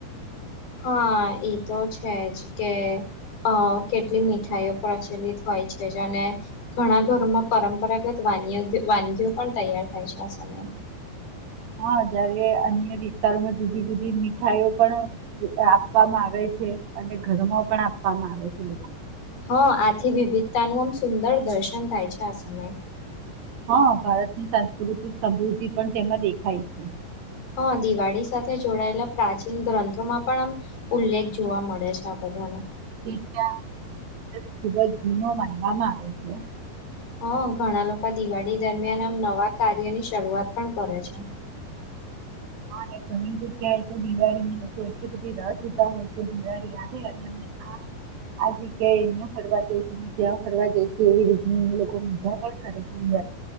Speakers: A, on the left (about 65°); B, on the right (about 85°).
A: હા એ તો છેજ કે અ કેટલી મીઠાઈઓ પ્રચલિત હોય છે અને ઘણા ઘરોમાં પરંપરાગત વા વાનગીઓ પણ તૈયાર થાય છે આ સમય
B: હા જયારે અન્ય વિસ્તારોમાં જુદી જુદી મીઠાઈઓ પણ આપવામાં આવે છે અને ઘરમાં પણ આપવામાં આવે છે લોકો
A: હા આથી વિવિધતાનું આમ સુંદર દર્શન થાય છે આ સમય
B: હા ભારતની સાંસ્કૃતિક સમૃદ્ધિ પણ તેમાં દેખાય છે
A: હા દિવાળી સાથે જોડાયેલા પ્રાચીન ગ્રંથોમાં પણ આમ ઉલ્લેખ જોવા મળે છે આ બધા બધનું
B: તે તં ખૂબ જ જૂનો માનવામાં આવે છે
A: હ ઘણા લોકો દિવાળી દરમિયાન આમ નવા કાર્યની શરૂઆત પણ કરે છે
B: હા અને ઘણી જગ્યાએ તો દિવાળીની લોકો એટલી બધી ર જોતા હોય કે દિવાળી આવે અને
A: <inaudible>
B: આ
A: <inaudible>
B: આ જગ્યાએ અહિયાયા ફરવા જાય છે ને ત્યાં ફરવા જાય છે એવી રીતની લોકો મજા પણ કરે છે બ